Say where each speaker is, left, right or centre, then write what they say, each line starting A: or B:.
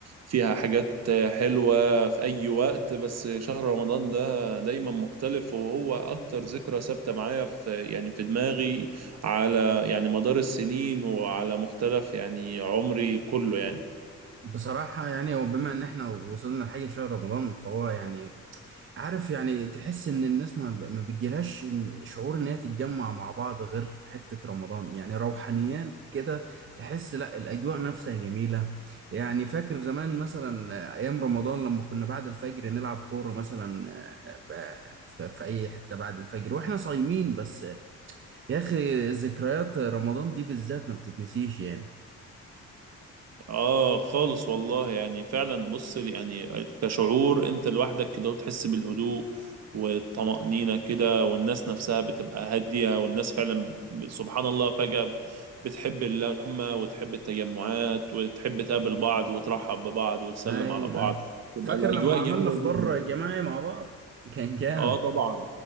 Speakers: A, on the right (about 60°); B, on the right (about 40°).
A: فيها حاجات حلوه في اي وقت بس شهر رمضان ده دايما مختلف وهو اكتر ذكرى ثابته معايا في يعني في دماغي على يعني مدار السنين وعلى مختلف يعني عمري كله يعني
B: بصراحة يعني هو بما ان احنا وصلنا لحاجة شهر رمضان فهو يعني عارف يعني تحس ان الناس ما ما بتجيلهاش إن- شعور ان هي تتجمع مع بعض غير حتة رمضان يعني روحانيات كده تحس لا الاجواء نفسها جميلة يعني فاكر زمان مثلا آه، ايام رمضان لما كنا بعد الفجر نلعب كورة مثلا آه، ب- ف- في اي حتة بعد الفجر واحنا صايمين بس آه، يا اخي ذكريات رمضان دي بالذات ما بتتنسيش يعني
A: اه خالص والله يعني فعلا بص يعني كشعور انت لوحدك كده وتحس بالهدوء والطمأنينة كده والناس نفسها بتبقى هادية والناس فعلا ب- سبحان الله فجأة بتحب اللمة وتحب التجمعات وتحب تقابل بعض وترحب ببعض وتسلم
B: ايوه
A: على بعض
B: ايوه
A: تبقى
B: فاكر
A: الأجواء
B: لما عملنا
A: جميلة
B: فطار
A: جدا
B: جماعي مع بعض كان جامد
A: اه طبعا